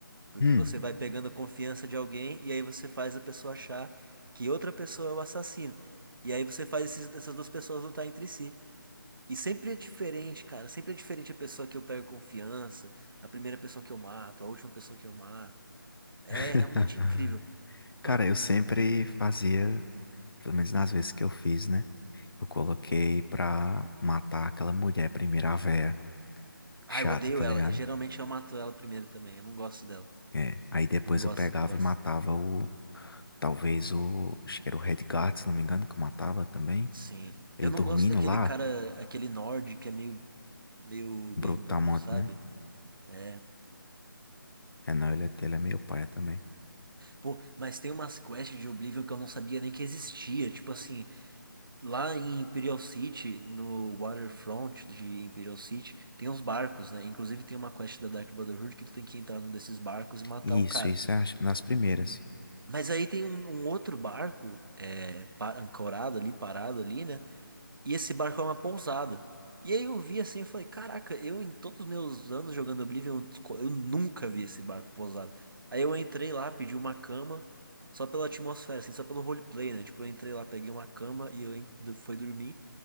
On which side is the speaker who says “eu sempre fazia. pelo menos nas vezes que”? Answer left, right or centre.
Left